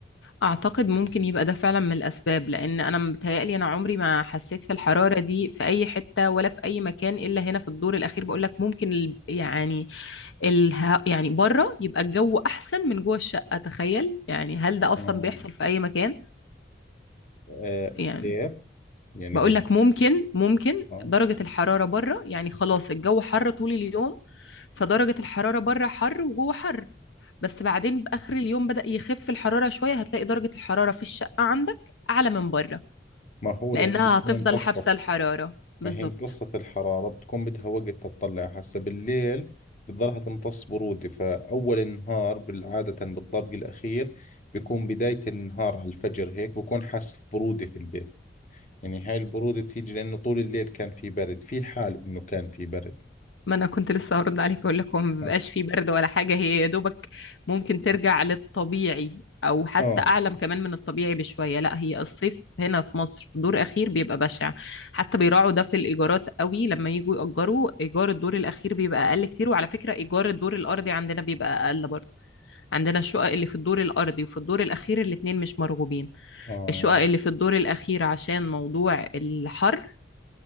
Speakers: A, on the left; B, on the left.
A: اعتقد ممكن يبقى ده فعلا من الاسباب لان انا متهيألي انا عمري ما حسيت في الحرارة دي في اي حتة ولا في اي مكان الا هنا في الدور الاخير بقول لك ممكن ال- يعني الها يعني بره يبقى الجو احسن من جوه الشقة تخيل يعني هل ده اصلا
B: آه.
A: بيحصل في اي مكان
B: آه
A: يعني
B: كيف؟ يعني
A: بقول
B: قصدي
A: لك ممكن ممكن
B: آه
A: درجة الحرارة بره يعني خلاص الجو حر طول اليوم فدرجة الحرارة بره حر وجوه حر بس بعدين بآخر اليوم بدأ يخف الحرارة شوية هتلاقي درجة الحرارة في الشقة عندك أعلى من بره
B: ما هو
A: لأنها
B: لأنه بتكون
A: هتفضل
B: امتصت
A: حابسة الحرارة بالظبط
B: ما هي امتصت الحرارة بتكون بدها وقت تطلع هسا بالليل بتضلها تمتص برودة فأول النهار بالعادة بالطابق الأخير بيكون بداية النهار على الفجر هيك بكون حاسس برودة في البيت يعني هاي البرودة بتيجي لأنه طول الليل كان في برد في حال إنه كان في برد
A: ما انا كنت لسه هرد عليك اقول لك هو ما بيبقاش
B: آه
A: فيه برد ولا حاجه هي يا دوبك ممكن ترجع للطبيعي او حتى
B: آه
A: اعلى كمان من الطبيعي بشويه لا هي الصيف هنا في مصر في دور اخير بيبقى بشع حتى بيراعوا ده في الايجارات قوي لما يجوا ياجروا ايجار الدور الاخير بيبقى اقل كتير وعلى فكره ايجار الدور الارضي عندنا بيبقى اقل برضه عندنا الشقق اللي في الدور الارضي وفي الدور الاخير الاتنين مش مرغوبين
B: آه
A: الشقق اللي في الدور الأخير عشان موضوع الحر